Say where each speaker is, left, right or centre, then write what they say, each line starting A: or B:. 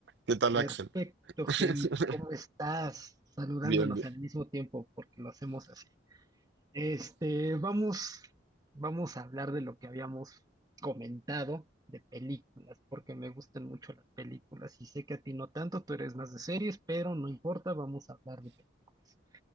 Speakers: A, on the right; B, on the right.
A: ¿Qué tal,
B: Perfecto,
A: Axel?
B: Gemil.
A: <laughs>
B: ¿cómo estás? Saludándonos
A: Bien, bien.
B: al mismo tiempo porque lo hacemos así. Este, vamos, vamos a hablar de lo que habíamos comentado de películas, porque me gustan mucho las películas y sé que a ti no tanto, tú eres más de series, pero no importa, vamos a hablar de películas.